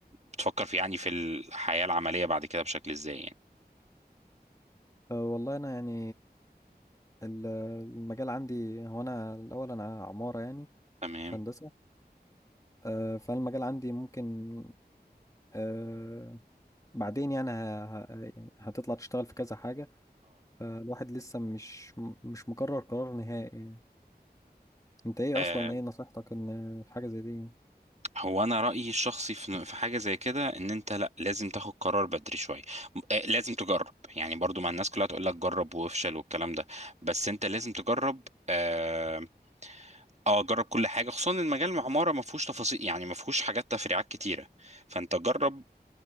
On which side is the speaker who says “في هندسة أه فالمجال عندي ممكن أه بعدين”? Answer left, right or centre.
Left